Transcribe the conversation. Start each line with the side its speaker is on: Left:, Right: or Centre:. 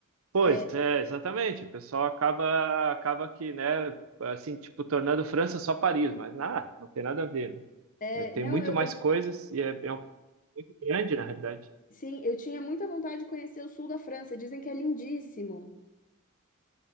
Right: pois
Left: É,
Right: é, exatamente. O pessoal acaba acaba que, né, assim, tipo, tornando França só Paris, mas nada, não tem nada a ver, né?
Left: é
Right: É, tem
Left: não,
Right: muito
Left: eu,
Right: mais
Left: eu-
Right: coisas e é, é um, muito grande, na realidade.
Left: sim, eu tinha muita vontade de conhecer o sul da França. Dizem que é lindíssimo.